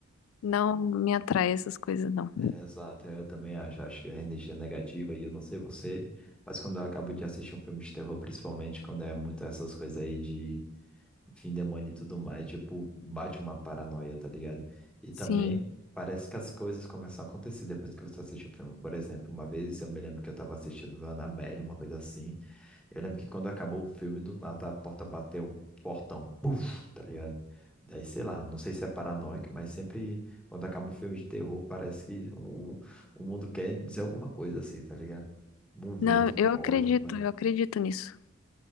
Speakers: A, on the left; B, in the centre.
A: não me atrai essas coisas, não.
B: É, exato, eu também acho. Acho que a energia é negativa e eu não sei você, mas quando eu acabo de assistir um filme de terror, principalmente quando é muito essas coisas aí de enfim, demônio e tudo mais, tipo, bate uma paranoia, tá ligado? E também
A: Sim.
B: parece que as coisas começam a acontecer depois que você assiste o filme. Por exemplo, uma vez eu me lembro que eu tava assistindo Annabelle, uma coisa assim. Eu lembro que quando acabou o filme, do nada a porta bateu um portão, puf, tá ligado? Daí, sei lá, não sei se é paranoico, mas sempre quando acaba um filme de terror, parece que o, o mundo quer dizer alguma coisa assim, tá ligado? Um vento
A: Não,
B: forte,
A: eu acredito,
B: uma-
A: eu acredito nisso.